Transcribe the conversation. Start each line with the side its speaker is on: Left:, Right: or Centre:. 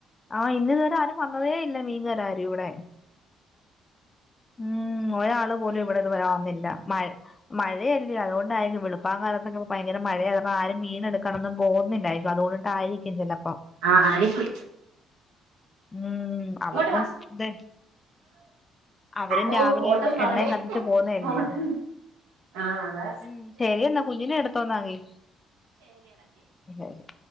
Left: ആഹ് ഇന്ന് ഇതുവരെ ആരും വന്നതേ ഇല്ല മീൻകാരെ ആരും ഇവടെ. ഉം ഒരാള് പോലും ഇവിടെ ഇത്വരെ വന്നില്ല മഴ. മഴയല്ലെ അതുകൊണ്ടായിരിക്കും വളുപ്പാം കാലത്തൊക്കെപ്പൊ ഭയങ്കര മഴയയത് ആപ്പാരും മീനെടുക്കണന്നു പോവുന്നില്ലായിരിക്കും അതുകൊണ്ട്. ആയിരിക്കും ചെലപ്പം.
Right: ആഹ് അടിഫു
Left: ഉം അവർക്കും
Right: ഇങ്ങോട്ട് വാ
Left: ത്. അവരും
Right: ഓ
Left: രാവിലെ
Right: ഓട്ടം തുടങ്ങി
Left: എണ്ണയും കത്തിച്ചു പോവുന്നയല്ലയോ.
Right: ഓട്ടം ആ അതാ
Left: ഉം ശരി എന്നാ കുഞ്ഞിനെ എടുത്തോന്നാങ്ങി ശരി.